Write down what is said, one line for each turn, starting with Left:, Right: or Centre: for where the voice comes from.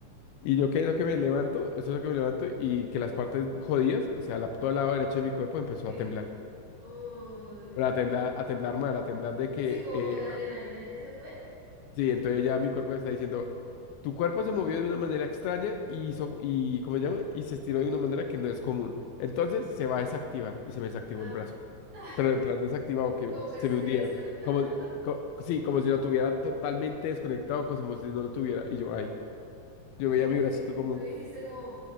Left: Y yo que lo que me levanto, eso es lo que me levanto, y que las partes jodidas, o sea, la, todo el lado derecho de mi cuerpo empezó
Right: sí.
Left: a temblar.
Right: Uy.
Left: Pero a temblar, a temblar mal, a temblar de que
Right: Sí, como
Left: eh,
Right: que la adrenalina ya se fue.
Left: Sí, entonces ya mi cuerpo me está diciendo, tu cuerpo se movió de una manera extraña y hizo, y, ¿cómo se llama? Y se estiró de una manera que no es común. Entonces se va a desactivar y se me desactivó
Right: Ah,
Left: el brazo.
Right: <laughs> ah,
Left: Pero en plan desactivado, que
Right: como
Left: se
Right: que si
Left: me
Right: te
Left: hundía.
Right: desconectara
Left: Como,
Right: el mando.
Left: co- sí, como si lo tuviera totalmente desconectado, como si no lo tuviera. Y yo, ay,
Right: No,
Left: yo veía mi
Right: tú,
Left: bracito
Right: dij-
Left: como,
Right: tú dijiste como,